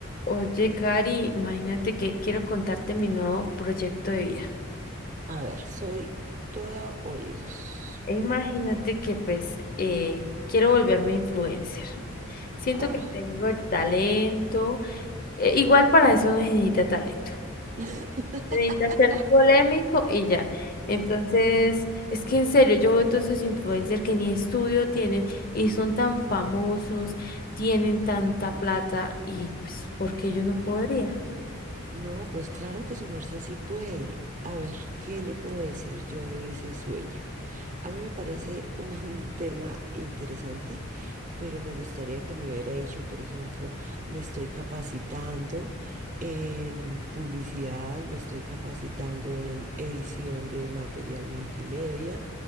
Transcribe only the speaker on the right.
A ver, soy toda oídos.
Ah.
<laughs>
No, pues claro que su merced sí puede. A ver, ¿qué le puedo decir yo de ese sueño? A mí me parece un <laughs> tema interesante, pero me gustaría que me hubiera dicho, por ejemplo, me estoy capacitando en publicidad, me estoy capacitando en edición de material multimedia